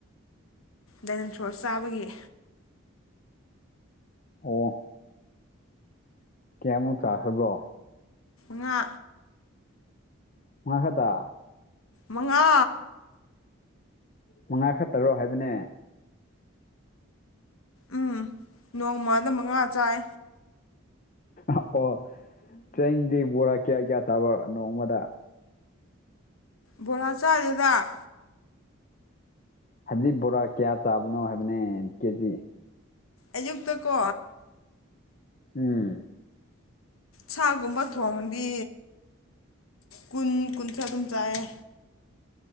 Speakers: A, on the left; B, on the left.
A: ꯗꯥꯏꯅꯦꯟ ꯐ꯭ꯂꯣꯔ ꯆꯥꯕꯒꯤ
B: ꯑꯣ ꯀꯌꯥꯃꯨꯛ ꯆꯥꯈꯕ꯭ꯔꯣ
A: ꯉꯥ
B: ꯉꯉꯈꯗ
A: ꯃꯉꯥ
B: ꯃꯉꯥ ꯈ ꯇꯔꯣ ꯍꯥꯏꯕꯅꯦ
A: ꯎꯝ ꯅꯣꯡꯃꯗ ꯃꯉꯥ ꯆꯥꯏ
B: ꯑꯣ ꯆꯦꯡꯗꯤ ꯕꯣꯔꯥ ꯀꯌꯥ ꯀꯌꯥ ꯆꯥꯕ ꯅꯣꯡꯃꯗ
A: ꯕꯣꯔꯥ ꯆꯥꯔꯤꯗ
B: ꯍꯥꯏꯕꯗꯤ ꯕꯣꯔꯥ ꯀꯌꯥ ꯆꯥꯕꯅꯣ ꯍꯥꯏꯕꯅꯦ ꯀꯦꯖꯤ
A: ꯑꯌꯨꯛꯇ ꯀꯣ
B: ꯎꯝ
A: ꯁꯥꯒꯨꯝꯕ ꯊꯣꯡꯗꯤ ꯀꯨꯟ ꯀꯨꯟꯁ ꯑꯗꯨꯝ ꯆꯥꯏꯑ